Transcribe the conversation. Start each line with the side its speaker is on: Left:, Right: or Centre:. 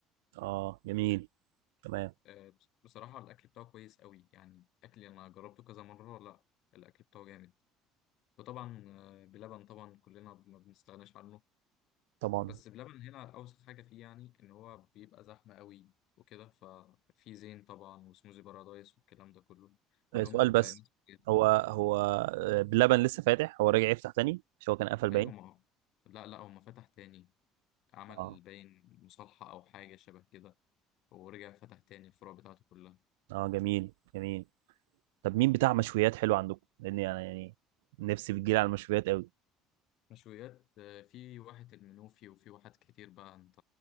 Right: اه جميل تمام
Left: آه، بص- بصراحة الأكل بتاعه كويس قوي يعني أكل أنا جربته كذا مرة لا الأكل بتاعه جامد وطبعا آه، بلبن طبعا كلنا ما بنستغناش عنه
Right: طبعا
Left: بس بلبن هنا اوسخ حاجه فيه يعني ان هو بيبقى زحمه قوي وكده ففي زين طبعا وسموزي بارادايس والكلام ده كله كلهم
Right: آه، سؤال
Left: كو... ناس
Right: بس
Left: كتير.
Right: هو هو آه، بلبن لسه فاتح هو راجع يفتح تاني مش هو كان قفل باين
Left: ايوه ما هو- لا لا هو ما فتح تاني عمل
Right: آه.
Left: باين مصالحه او حاجه شبه كده ورجع فتح تاني الفروع بتاعته كلها
Right: اه جميل جميل طب مين بتاع مشويات حلو عندكم لان يعني يعني نفسي بتجيلي على المشويات قوي
Left: مشويات آه، في واحد المنوفي وفي واحد كتير بقى انت